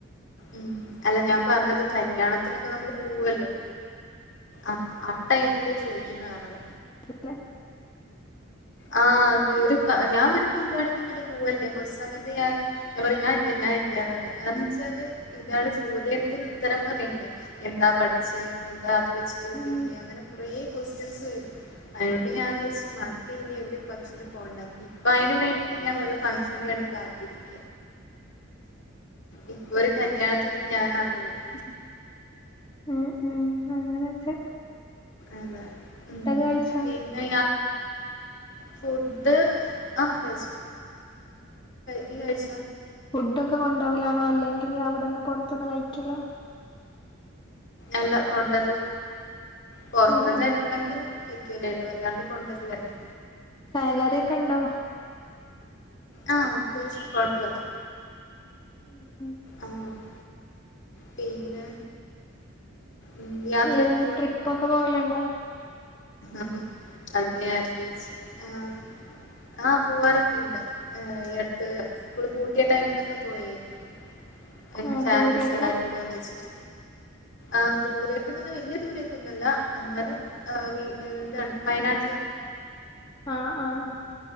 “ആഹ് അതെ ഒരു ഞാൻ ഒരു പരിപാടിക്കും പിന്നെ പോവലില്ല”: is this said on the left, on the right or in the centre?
Left